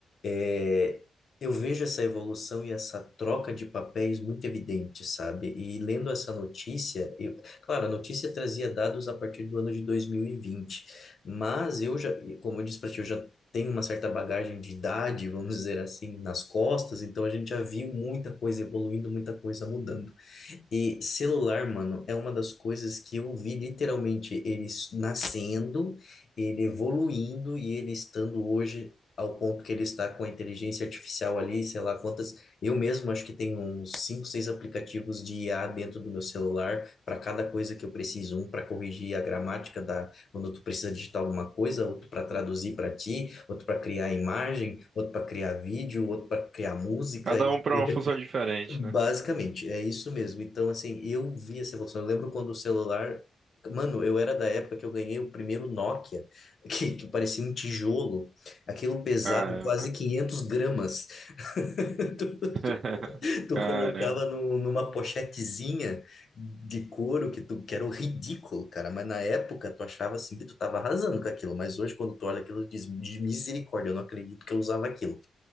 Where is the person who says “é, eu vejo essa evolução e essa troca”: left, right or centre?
Left